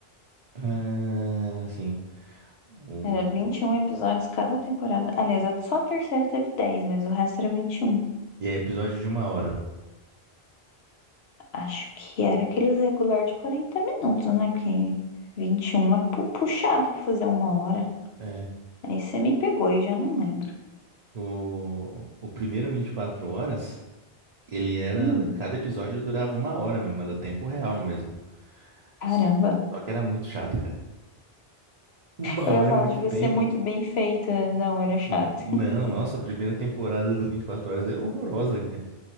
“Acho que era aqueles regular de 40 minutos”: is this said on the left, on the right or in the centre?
Left